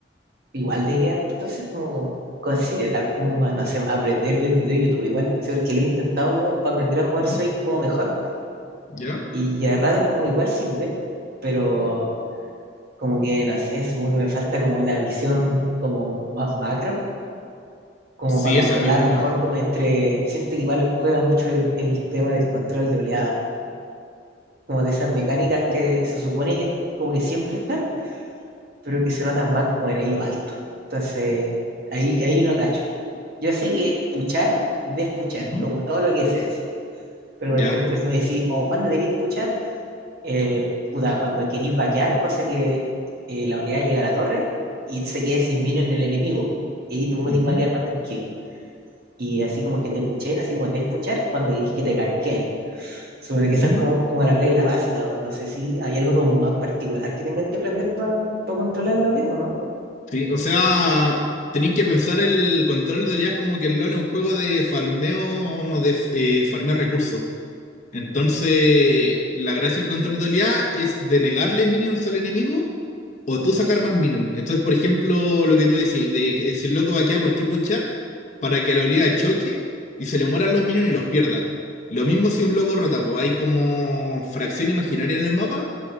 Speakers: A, on the right (about 55°); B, on the left (about 40°).
A: Igual deberían entonces como considerar como, ma- no sé, aprender del video de YouTube igual, sí, porque lo he intentado como para aprender a jugar
B: Ujú.
A: Swing como mejor
B: ¿Ya?
A: y a ratos como igual sirve, pero como que, no sé, supongo que me falta como la visión como más macro, como
B: Sí,
A: para controlar
B: eso mismo.
A: mejor como entre, siento que igual juega mucho el, el tema del control de oleada, como de esas mecánicas que se supone que como que siempre están pero que se notan más como en hilo alto. Entonces, ahí, ahí yo no cacho. Yo sé que puchar, despuchar,
B: Ujú.
A: como todo lo que se hace. Pero,
B: Ya.
A: por ejemplo, si me decís, oh, ¿cuándo queréis puchar? Eh, puta, cuando queréis vaquear, cosa que eh, la oleada llega a la torre y se quede sin minion en el enemigo. Y ahí te podéis
B: Ujú.
A: vaquear más tranquilo. Y así como que te puchen, así como despuchar, cuando queréis que te casquen. Supone
B: Ujú.
A: que esa es como, como la regla básica. o No sé si hay algo como más particular que tengáis que aprender para controlar la oleada o no.
B: Sí, o sea, tenéis que pensar el control de oleadas como que el LoL es un juego de farmeo, de eh, farmear recursos. Entonces, la gracia del control de oleada es denegarle minions al enemigo o tú sacar más minions. Entonces, por ejemplo, lo que tú decís, de que si el loco va a quedar, ¿por qué puchar? Para que la oleada choque y se le mueran los minions y los pierda. Lo mismo si un loco rota, pues hay como fracción imaginaria en el mapa